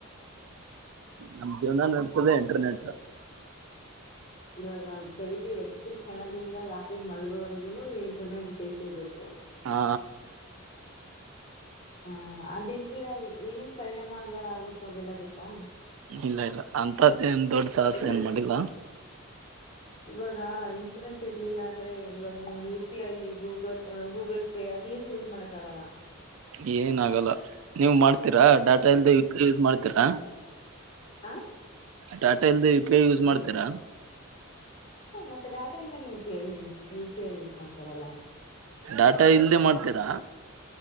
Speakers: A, on the right; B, on the left.
A: ನಮ್ ಜೀವನ ನಡಿಸೋದೆ ಇಂಟರ್ನೆಂಟ್.
B: ಇವಾಗ ಬೆಳಿಗ್ಗೆ ಎದ್ದ ಕ್ಷಣದಿಂದ ರಾತ್ರಿ ಮಲ್ಗೋವರೆಗುನು ಇಂಟರ್ನೆಟ್ ಬೇಕೆಬೇಕು.
A: ಹಾ
B: ಹಾ ಅದಲ್ದಿರಾ ಏನೇನ್ ಪರಿಣಾಮಗಳ ಆಾಗುತ್ತ ಎಲ್ಲ ಗೊತ್ತಾ?
A: ಇಲ್ಲ ಇಲ್ಲ ಅಂತದ್ದ ಏನ್ ದೊಡ್ ಸಾಹಸ
B: ಅದೇ
A: ಏನ್ ಮಾಡಿಲ್ಲ.
B: ಇವಾಗ ಇಂಟರ್ನೆಟ್ ಇರ್ಲಿಲ್ಲ ಅಂದ್ರೆ ಇವಾಗ ನೀವು P I Google Google pay ಅದ ಏನು ಯೂಸ್ ಮಾಡಕ್ಕ ಆಗಲ್ಲ
A: ಏನ ಆಗಲ್ಲ ನೀವು ಮಾಡ್ತ ತಿರಾ ಡಾಟಾ ಇಲ್ದೆ ಯು ಪಿ ಐ ಯೂಸ್ <unintelligible>
B: ಹಾ.
A: ಡೇಟಾ ಇಲ್ದ ಯು ಪಿ ಐ ಯೂಸ್ ಮಾಡ್ತೀರಾ
B: ಹ್ಮ ಮತ್ತೆ ಡೇಟಾ ಇಂದನೇ U P I use U P I use ಮಾಡ ತರಲ್ಲ
A: ಡೇಟಾ ಇಲ್ದೆೇ ಮಾಡ್ತೀರಾ